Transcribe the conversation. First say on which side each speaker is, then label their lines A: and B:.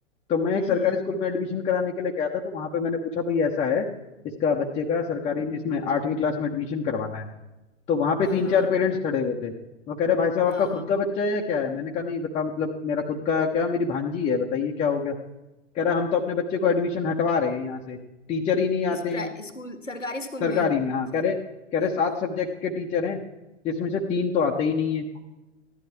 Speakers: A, on the left; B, on the left.
A: तो मैं
B: हम्म
A: एक सरकारी
B: हम्म,
A: स्कूल में एडमिशन कराने के लिए गया था तो वहां पे मैंने पूछा भाई ऐसा है इसका बच्चे का सरकारी में इसमें आठवीं क्लास में एडमिशन करवाना है तो वहां पे
B: हाँ
A: तीन
B: हाँ
A: चार पेरेंट्स खड़े हुए थे वो कह रहे भाई साहब आपका
B: हाँ
A: खुद
B: हाँ
A: का
B: हाँ
A: बच्चा है या क्या है मैंने कहा नहीं बता मतलब मेरा खुद का क्या मेरी भांजी है बताइए क्या हो गया कह रहा हम तो अपने बच्चे को एडमिशन हटवा रहे हैं यहाँ से टीचर ही नहीं
B: इस
A: आते
B: प्राइ-
A: हैं
B: स्कूल सरकारी स्कूल
A: सरकारी
B: में
A: में हाँ कह
B: से
A: रहे कह रहे
B: अच्छा
A: सात सब्जेक्ट के टीचर हैं जिसमें से तीन तो आते ही नहीं है